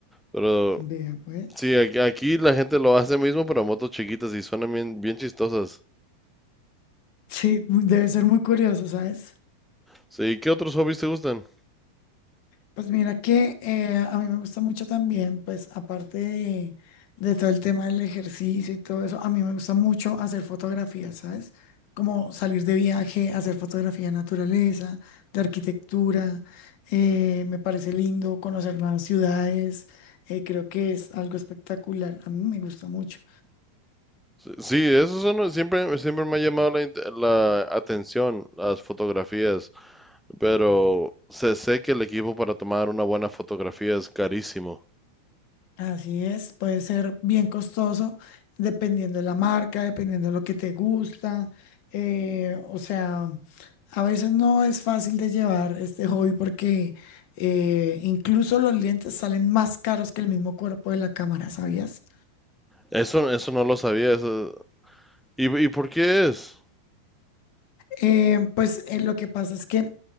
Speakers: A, in the centre; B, on the left (about 55°).
A: Pero
B: Vea, pues.
A: sí, aquí, aquí la gente lo hace mismo, pero a motos chiquitas y suenan bien, bien chistosas.
B: Sí, mu- debe ser muy curioso, ¿sabes?
A: Sí, ¿qué otros hobbies te gustan?
B: Pues mira que eh, a mí me gusta mucho también, pues aparte de, de todo el tema del ejercicio y todo eso, a mí me gusta mucho hacer fotografías, ¿sabes? Como salir de viaje, hacer fotografía de naturaleza, de arquitectura, eh, me parece lindo conocer nuevas ciudades, eh, creo que es algo espectacular, a mí me gusta mucho.
A: Sí, eso es uno- siempre, siempre me ha llamado la, int- la atención las fotografías, pero sé, sé que el equipo para tomar una buena fotografía es carísimo.
B: Así es, puede ser bien costoso dependiendo de la marca, dependiendo de lo que te gusta. eh, o sea, a veces no es fácil de llevar este hobby porque eh, incluso los lentes salen más caros que el mismo cuerpo de la cámara, ¿sabías?
A: Eso, eso no lo sabía. Eso, ¿y, y por qué es?
B: Eh, pues eh, lo que pasa es que,